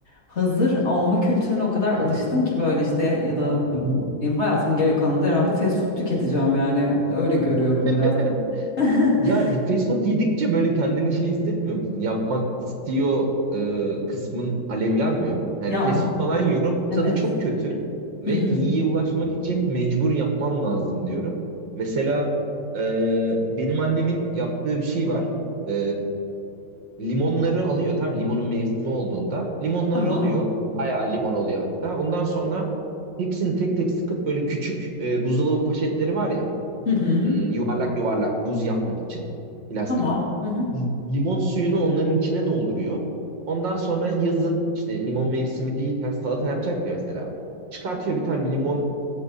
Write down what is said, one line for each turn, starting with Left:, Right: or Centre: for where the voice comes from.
Left: hazır alma kültürüne o kadar alıştım ki böyle işte ya da
Right: Hı hı.
Left: diyeyim hayatımın geri kalanında herhalde fast food tüketeceğim yani öyle görüyorum
Right: <laughs>
Left: biraz. <laughs>
Right: Ya fast food yedikçe böyle kendini şey hissetmiyor musun? Yapmak istiyor e, kısmın alevlenmiyor mu? Yani
Left: Ya
Right: fast
Left: bu
Right: food falan yiyorum.
Left: evet.
Right: Tadı çok kötü ve
Left: Hı hı.
Right: iyiye ulaşmak için mecbur yapmam lazım diyorum. Mesela e, benim annemin yaptığı bir şey var. E, limonları alıyor. Tam limonun mevsimi olduğunda limonları
Left: Tamam.
Right: alıyor. Bayağı limon oluyor hatta. Ondan sonra hepsini tek tek sıkıp böyle küçük e, buzdolabı poşetleri var ya.
Left: Hı hı.
Right: Hmm, yuvarlak yuvarlak buz yapmak için plastik.
Left: Tamam. Hı hı.
Right: Limon suyunu onların içine dolduruyor. Ondan sonra yazın işte limon mevsimi değilken salata yapacak ya mesela. Çıkartıyor bir tane limon